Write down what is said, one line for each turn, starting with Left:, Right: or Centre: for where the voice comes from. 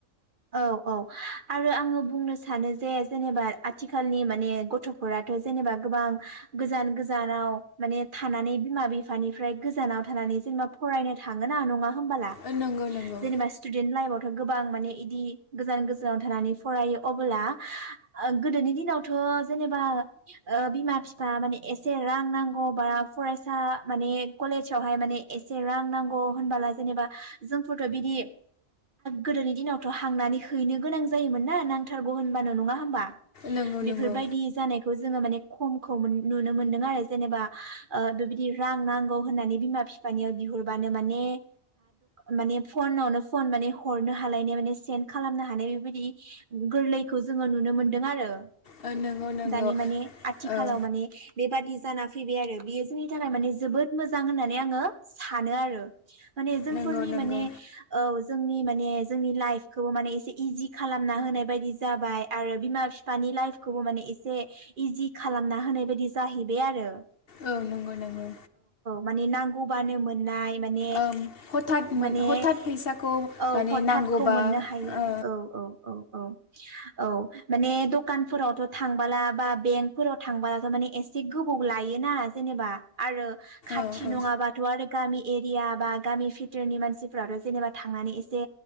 Right: औ औ आरो आङो बुंनो सानो जे जेनेबा आथिखालनि माने गथ'फोराथ' जेनेबा गोबां गोजान गोजानाव माने थानानै बिमा बिफानिफ्राय गोजानाव थानानै जेनेबा फरायनो थाङो ना नङा होनबाला
Left: ओ नंगौ नंगौ
Right: जनेबा स्टुडेन्ट लाइफआवथ' गोबां मानि इदि गोजान गोजानाव थानानै फरायो अबोला गोदोनि दिनावथ' जेनेबा ओ बिमा बिफा माने एसे रां नांगौ बा फरायसा माने कलेजावहाय माने एसे रां नांगौ होनबला जेनेबा जोंफोरथ' बिदि गोदोनि दिनाव थ' हांनानै हैनो गोनां जायोमोन ना नांथारगौ होनबानो नङा होमबा?
Left: नंगौ
Right: बेफोरबायदि
Left: नंगौ
Right: जानायखौ जोङो माने खमखौ नुनो मोनदों आरो जेनेबा ओ बेबायदि रां नांगौ होननानै बिमा बिफानियाव बिहरबानो माने माने फनावनो फन माने हरनो हालायनाय माने सेन खालामनो हानाय बेबायदि गोरलैखौ जोङो नुनो मोनदों आरो
Left: ओ नंगौ नंगौ
Right: दानि माने आथिखालाव
Left: औ
Right: माने बेबादि जाना फैबाय आरो बियो जोंनि थाखाय माने जोबोद मोजां होननानै आङो सानो आरो। माने जोंफोरनि
Left: नंगौ नंगौ
Right: माने औ जोंनि माने जोंनि लाइफ खौ माने एसे इजि खालामना होनाय बायदि जाबाय आरो बिमा बिफानि लाइफखौबो माने एसे इजि खालामना होनाय बायदि जाहैबाय आरो।
Left: औ नंगौ नंगौ
Right: मानि नांगौबानो मोननाय माने
Left: ओम हथाथ मोन
Right: माने
Left: हथात फैसाखौ
Right: औ
Left: माने
Right: हथातखौ
Left: नांगौबा
Right: मोननो हायो
Left: ओ
Right: औ औ औ औ औ माने दखानफोरावथ' थांबाला बा बेंकफोराव थांबालाथ' माने एसे गोबाव लायोना जेनेबा आरो खाथि
Left: आरो
Right: नङाबाथ' आरो गामि एरिया बा गामि फिथोरनि मानसिफोराथ' जेनेबा थांनानै एसे